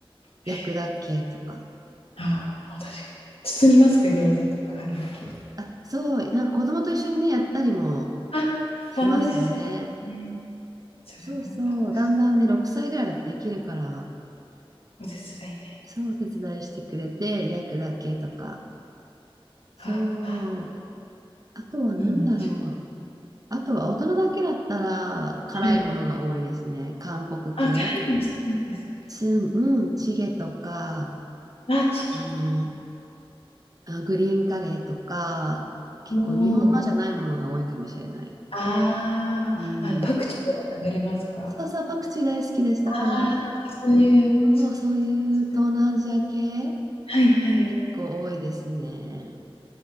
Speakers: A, on the right; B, on the left.
A: 焼くだけとか。
B: へえ。ああ、ま、確かに。包みますか？餃子とか春巻き。
A: あ、そう、なんか子供と一緒にね、やったりも
B: あ、
A: しますね。
B: 楽しそうですね。それは楽し
A: そうそう。だんだんね、6歳ぐらいだとできるから、
B: お手伝いで。
A: そう、お手伝いしてくれて、焼くだけとか。そう。
B: ああ、
A: あとは何だろう。
B: いいな。
A: あとは大人だけだったら辛いものが多いですね。
B: はい。
A: 韓国系。
B: あ、辛いもの好きなんです。か
A: チン、うん、チゲとか、
B: あ、チキン。
A: あの、あグリーンカレーとか、結構日本のじゃないものが多いかもしれない。
B: おお。あ
A: うん。
B: あ、あの、パクチーとか食べれますか？
A: そうそう、パクチー大好きです。だから、
B: ああ、とかそういう、
A: そうそういう東南アジア系、
B: すすはいはい。
A: 結構多いですね。